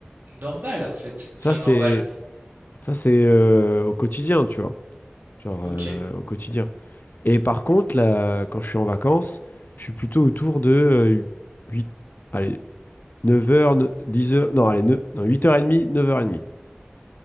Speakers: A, on the right; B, on the left.
A: normal en fait.
B: Ça,
A: Enfin
B: c'est
A: normal.
B: ça, c'est euh, au quotidien, tu vois. Genre,
A: OK.
B: euh, au quotidien. Et par contre, là, quand je suis en vacances, je suis plutôt autour de euh, 8, allez, neuf heures, dix heures. non, allez, 9, non, 8h30, 9h30